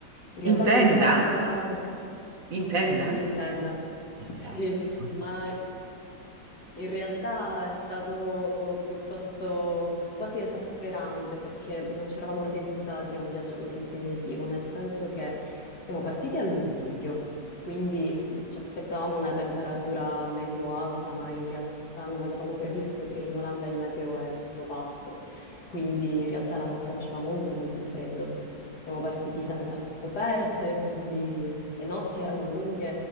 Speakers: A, on the left; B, on the right.
A: In realtà
B: In tenda?
A: non me l'aspettavo così. Sì,
B: In tenda?
A: sì, in tenda.
B: Fantastico.
A: Sì, ma in realtà è stato piuttosto quasi esasperante perché non ci eravamo organizzati a un viaggio così impegnativo, nel senso che siamo partiti a luglio, quindi mh, ci aspettavamo una temperatura medio-alta, ma in realtà non avevamo previsto che in Olanda il meteo è molto pazzo, quindi in realtà la notte faceva molto molto freddo. Siamo partiti senza coperte, quindi le notti erano lunghe